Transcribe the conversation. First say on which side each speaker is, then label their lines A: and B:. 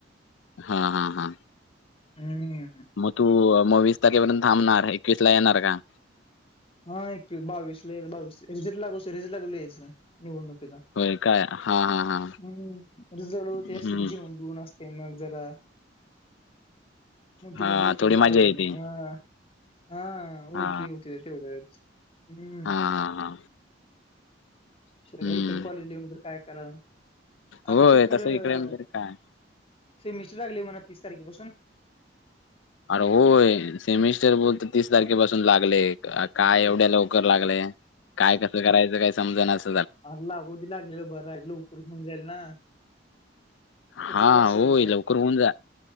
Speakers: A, on the left; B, on the left.
A: हा हा हा
B: हम्म
A: मग तू मग वीस तारखेपर्यंत थांबणार एकवीस ला येणार का?
B: हा एकवीस बावीसला यायच बावीस रेझ्लट लागू स रेजट लागू यायचं निवडणुकीचा
A: होय काय हा हा हा
B: हम्म जळव
A: हम्म
B: ते असतात जेवन बवन असत ते मग जरा मोठे
A: हा
B: मोठे लोक
A: थोडी
B: जाय
A: मजा येते
B: ह हा ओळखी
A: हा
B: होतीय तेवढच हम्म
A: हा हा हा हम्म
B: सर का इकडे कॉलेजली येऊन तर काय करा आता
A: होय
B: ते खरं
A: तसं इकडे आमच्याकडे काय
B: सेमिस्टर लागली म्हणा तीस तारखेपासून
A: अरे होय सेमिस्टर बोल तर तीस तारखेपासून लागलेय काय एवढ्या लवकर लागलेय काय कसं करायचं काय समजनाच
B: अ लागूती लागलेलं बरं इल लवकर होऊन जाईल ना कुठं
A: हा
B: बसायचं
A: होय लवकर होऊन जा